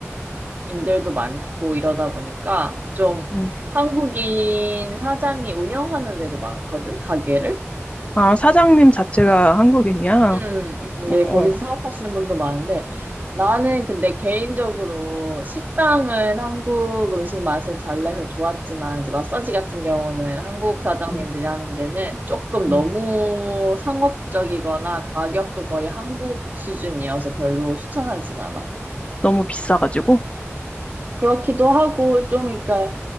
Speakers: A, on the right; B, on the left.
A: 한국인들도 많고 이러다 보니까 좀
B: 음.
A: 한국인 사장이 운영하는 데도 많거든, 가게를.
B: 아, 사장님 자체가 한국인이야?
A: 음, 음,
B: 어, 어.
A: 예, 거기서 사업하시는 분도 많은데 나는 근데 개인적으로 식당은 한국 음식 맛을 잘 내서 좋았지만 이제 마사지 같은 경우는 한국 사장님들이
B: 음,
A: 하는 데는 조금
B: 음.
A: 너무 상업적이거나 가격도 거의 한국 수준이어서 별로 추천하진 않아.
B: 너무 비싸가지고?
A: 그렇기도 하고 좀 그러니까